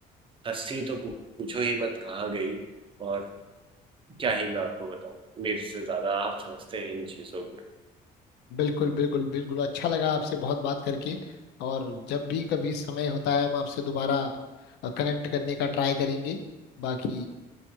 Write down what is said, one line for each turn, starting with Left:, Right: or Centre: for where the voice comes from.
Right: हंसी तो पू- पूछो ही मत कहाँ गई और क्या ही मैं आपको बताऊं मेरे से ज्यादा आप समझते हैं इन चीजों को
Left: बिल्कुल बिल्कुल बिल्कुल अच्छा लगा आपसे बहुत बात करके और जब भी कभी समय होता है हम आपसे दोबारा कनेक्ट करने का ट्राई करेंगे बाकी